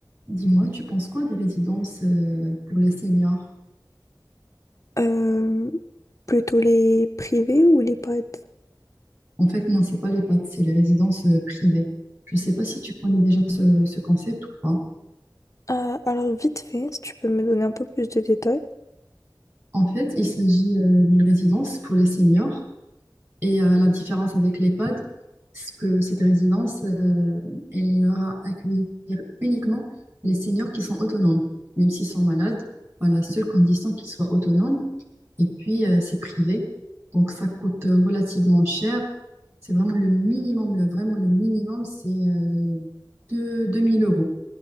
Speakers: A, on the right; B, on the left.
A: Dis-moi, tu penses quoi des résidences euh, pour les seniors?
B: Euh, plutôt les privés ou les pads?
A: En fait, non, c'est pas les PATS, c'est les résidences euh, privées. Je ne sais pas si tu connais déjà ce, ce concept ou pas.
B: Euh, alors vite fait, si tu peux me donner un peu plus de détails.
A: En fait, il s'agit euh, d'une résidence pour les seniors Et euh, la différence avec les pods, c'est que cette résidence, euh, elle va accueillir uniquement les seniors qui sont autonomes, même s'ils sont malades. à la seule condition qu'ils soient autonomes. Et puis, euh, c'est privé. Donc, ça coûte euh, relativement cher. C'est vraiment le minimum. Le, vraiment, le minimum, c'est euh, 2000 euros.